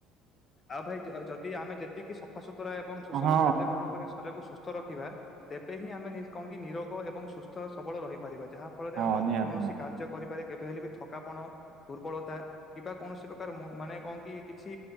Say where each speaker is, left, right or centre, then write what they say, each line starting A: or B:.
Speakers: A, on the left; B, on the right.
A: ଆଉ ଭାଇ ଯଦି ଆମେ ଯେତିକି ସଫାସୁତୁରା ଏବଂ ସୁଷମ
B: ହଁ
A: ଖାଦ୍ୟ ଗ୍ରହଣ କରି ଶରୀକୁ ସୁସ୍ଥ ରଖିବା ତେବେ ହିଁ ଆମେ କଣି ନିରୋଗ ଏବଂ ସୁସ୍ଥ ସବଳ ରହିପାରିବା। ଯାହା ଫଳରେ
B: ହଁ
A: ଆମକୁ
B: ନିହାତି
A: କୌଣସି
B: ନିହାତି
A: କାର୍ଯ୍ୟ କରିବାରେ କେବେ ହେଲେ ବି ଥକାପଣ ଦୁର୍ବଳତା କିମ୍ବା କୌଣସି ପ୍ରକାର ମାନେ କଣ କି କିଛି